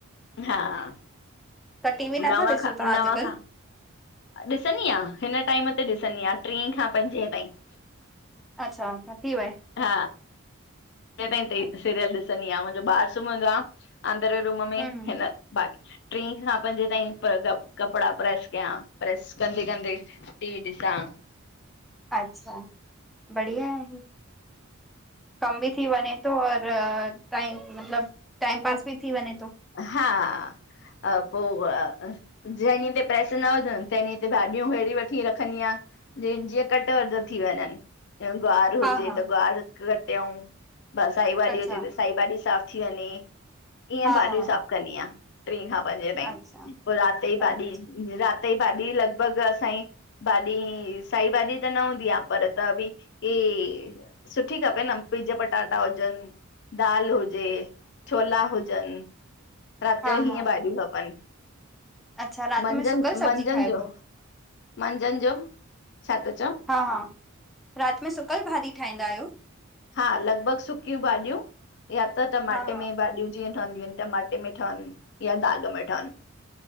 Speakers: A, on the left (about 55°); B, in the centre.
A: हां
B: त टीवी नथा
A: नव
B: ॾिसो
A: खां
B: तव्हां
A: नव
B: अॼुकल्ह
A: खां ॾिसंदी आह हिन टाइम ते ॾिसंदी आह ट्री खां पंजे ताईं।
B: अच्छा त थी वये
A: हा सीरियल ॾिस--सीरियल
B: अच्छा
A: ॾिसंदी आह मुंहिंजो ॿारु सुम्हंदो आह अंदरे रूम में
B: हम्म
A: हिन
B: हम्म
A: बाक़ी ट्री खां पंजे ताईं कपड़ा प्रेस कयां प्रेस कंदे कंदे टीवी ॾिसां।
B: अछा बढिया आहे, कम बी थी वञे थो और टाइम मतलब टाइम पास बी थी वञे थो।
A: हां पोइ अ जंहिं ॾींहं ते प्रेस न हुजन तंह ॾींहं ते भाॼियूं अहिड़ी वठी रंखदी आहियां। जीअ जीअं कट वध थी वञन गुआर हुजे
B: हा हा
A: त गुआर कटियऊ बस साई भाॼी
B: अच्छा
A: हुजे त साई भाॼी साफ़ थी वञे। ईअं
B: हा
A: भाॼियूं
B: हा
A: साफ़ कंदी आहियां ट्री खां पंजे ताईं
B: अच्छा
A: पोइ रात जी
B: अ
A: भाॼी रात जी भाॼी लॻभॻ असांई भाॼी साई भाॼी त न हूंदी आह पर त बी इ सुठी खपे न पीज पटाटा हुजन दाल हुजे छोला हुजन रात
B: हा
A: जो हीअं
B: हा
A: भाॼियूं खपन
B: अच्छा राति
A: मंझन
B: में सुकल सब्जी
A: मंझंन
B: खाइबो
A: जो मंझंन जो छा त चओ
B: हा हा। रात में सुकल भाॼी ठाहींदा आहियो?
A: हां लॻभॻ सुकियूं भाॼियूं या त टमाटे
B: हा हा
A: में भाॼियूं जीअं ठहनदियूं आहिन टमाटे में ठहन या दाग में ठहन